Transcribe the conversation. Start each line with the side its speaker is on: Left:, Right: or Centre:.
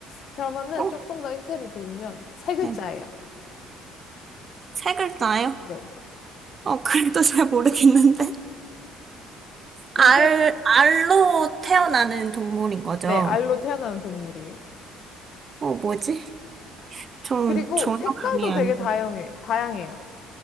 Left: 그러면은
Right: 어,
Left: 조금 더 힌트를 드리면 세 글자예요.
Right: 네. 세 글자예요?
Left: 네.
Right: 어, <laughs> 그래도 잘 모르겠는데. 알,
Left: 이게, 세-
Right: 알로 태어나는 동물인 거죠.
Left: 네, 알로 태어나는 동물이에요.
Right: 어, 뭐지? 저는
Left: 그리고
Right: 전혀
Left: 색깔도
Right: 감이 안.
Left: 되게 다양해, 다양해요.